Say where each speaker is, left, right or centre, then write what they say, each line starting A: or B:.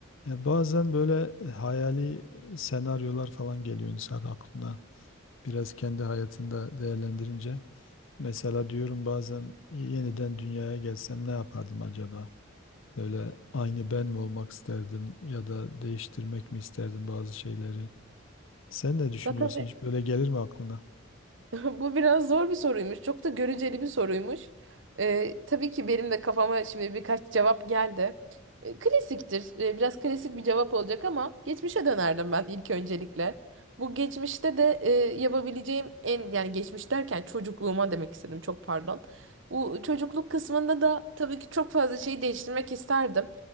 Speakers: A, on the left; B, on the right.
A: Ya bazen böyle e, hayali senaryolar falan geliyor insan aklına. Biraz kendi hayatında değerlendirince. Mesela diyorum bazen yeniden dünyaya gelsem ne yapardım acaba? Böyle aynı ben mi olmak isterdim ya da değiştirmek mi isterdim bazı şeyleri? Sen ne düşünüyorsun?
B: Ya tabii
A: Hiç böyle gelir mi aklına?
B: <laughs> bu biraz zor bir soruymuş. Çok da göreceli bir soruymuş. Ee, tabii ki benim de kafama şimdi birkaç cevap geldi. Ee, klasiktir. Ee, biraz klasik bir cevap olacak ama geçmişe dönerdim ben ilk öncelikle. Bu geçmişte de e, yapabileceğim en yani geçmiş derken çocukluğuma demek istedim. Çok pardon. Bu çocukluk kısmında da tabii ki çok fazla şeyi değiştirmek isterdim.